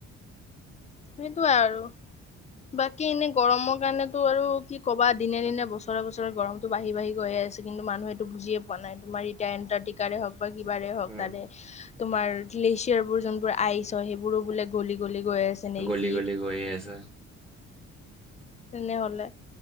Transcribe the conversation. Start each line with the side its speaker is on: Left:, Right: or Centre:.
Left: সেইটোয়ে আৰু। বাকী এনে গৰমৰ কাৰণেতো আৰু কি ক'বা। দিনে দিনে, বছৰে বছৰে, গৰমতটো বাঢ়ি বাঢ়ি গৈ আছে। আছে, কিন্তু মানুহে এইটো বুজিয়ে পোৱা নাই। তোমাৰ এতিয়া এণ্টাৰ্কটিকাৰে হওঁক। বা কিবাৰে হওঁক,
Right: উম
Left: তাৰে তোমাৰ গ্লেচিয়াৰ বোৰ যোনবোৰ আইচ হয়। সেইবোৰো বোলে গলি গলি। গৈ আছে নেকি!
Right: গলি গলি গৈয়ে আছে
Left: তেনেহ'লে।